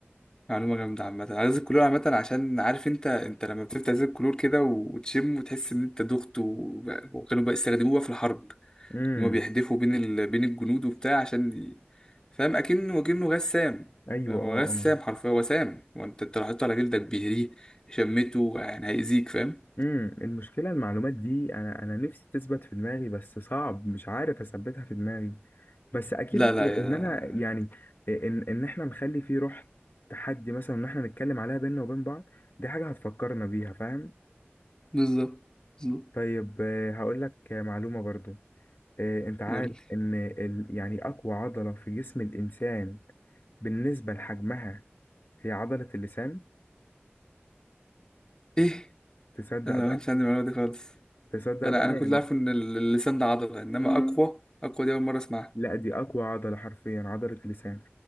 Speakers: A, on the left; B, on the left.
A: معلومه جامده عامه غاز الكلور عامه عشان عارف انت انت لما بتفتح غاز الكلور كده وتشم وتحس ان انت دغت و- وكانوا بقى- استخدموه بقى في الحرب
B: امم
A: ان هو بيحدفوا بين ال... بين الجنود وبتاع عشان ي- فاهم اكنه اكنه غسام
B: ايوه
A: هو
B: اه
A: غسام
B: آه.
A: حرفيا هو سام وانت انت لو حطيته على جلدك بيهريه شمته يعني هيأذيك فاهم
B: امم المشكله المعلومات دي انا انا نفسي تثبت في دماغي بس صعب مش عارف اثبتها في دماغي بس اكيد
A: لا لا يا...
B: ان انا يعني ان ان احنا نخلي فيه روح تحدي مثلا ان احنا نتكلم عليها بينا وبين بعض دي حاجه هتفكرنا بيها فاهم
A: بالظبط بالظبط
B: طيب آه، هقول لك آه، معلومه برضو آه، انت عارف
A: قول لي
B: ان ال يعني اقوى عضله في جسم الانسان بالنسبه لحجمها هي عضله اللسان
A: ايه
B: تصدق
A: انا
B: بقى
A: ما كانش عندي المعلومه دي خالص
B: تصدق
A: انا
B: بقى
A: انا كنت
B: يعني
A: عارف ان ال- اللسان ده عضله انما اقوى اقوى دي اول مره اسمعها
B: لا دي اقوى عضله حرفيا عضله اللسان